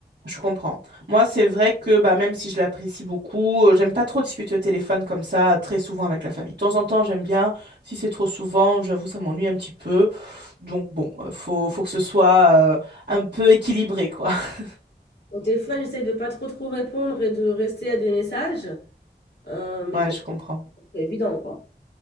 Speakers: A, on the right; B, on the left.
A: Je comprends. Moi c'est vrai que bah, même si je l'apprécie beaucoup, euh, j'aime pas trop discuter au téléphone comme ça très souvent avec la famille. De temps en temps j'aime bien, si c'est trop souvent, j'avoue ça m'ennuie un petit peu. Donc bon, euh, faut, faut que ce soit euh, un peu équilibré quoi. <laughs>
B: Au téléphone, j'essaie de pas trop trop répondre et de rester à des messages. Euh, mais
A: Ouais,
B: bon,
A: je comprends.
B: c'est pas évident, quoi.